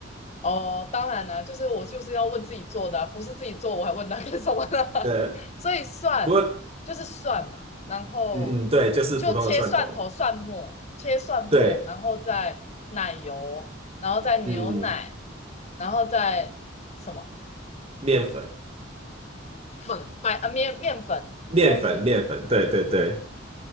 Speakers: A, on the left; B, on the right.
A: 哦，当然了、就是我就是要问自己做的啊不是自己做我还问他干什么呢？
B: <laughs>
A: <laughs>
B: 对，
A: 所以蒜就是蒜嘛，
B: 不过
A: 然后就切蒜头、
B: 嗯嗯，对，就是普通的蒜头。
A: 蒜末，切蒜末，
B: 对，
A: 然后再奶油，然后再牛奶，
B: 嗯嗯，
A: 然后再什么？
B: 面粉
A: 粉白呃面面粉，OK
B: 面粉面粉，
A: OK，
B: 对对对。